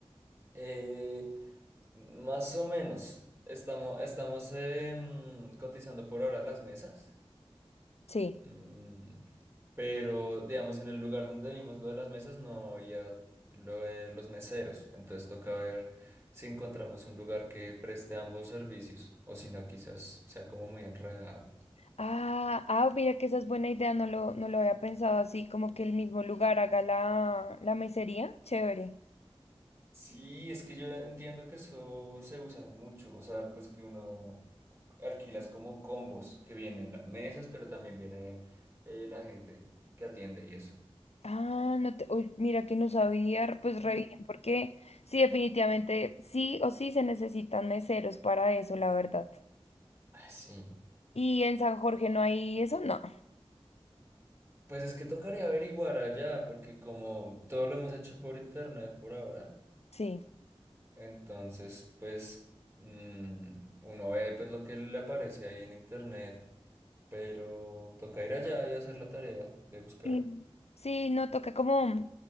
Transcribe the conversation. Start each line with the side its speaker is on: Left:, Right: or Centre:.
Right: Eh, más o menos, estamos, estamos em, cotizando por ahora las mesas.
Left: Sí.
Right: Mm, pero digamos en el lugar donde vimos lo de las mesas no había lo de los meseros. Entonces toca ver si encontramos un lugar que preste ambos servicios o si no quizás sea como muy enredado.
Left: Ah, ah, mira que esa es buena idea, no lo, no lo había pensado así, como que el mismo lugar haga la, la mesería. Chévere.
Right: Sí, es que yo entiendo que eso se usa mucho, o sea, pues que uno alquilas como combos, que vienen las mesas, pero también viene eh, la gente que atiende y eso.
Left: Ah, no te, uy, mira que no sabía, pues
Right: Mm.
Left: re bien, porque sí, definitivamente, sí o sí se necesitan meseros para eso, la verdad.
Right: Ah, sí.
Left: Y en San Jorge no hay eso, no,
Right: Pues es que tocaría averiguar allá, porque como todo lo hemos hecho por internet por ahora,
Left: sí.
Right: entonces pues mm, uno ve pues lo que le aparece ahí en internet, pero toca ir allá y hacer la tarea de buscar.
Left: Sí. Sí, no toca como, o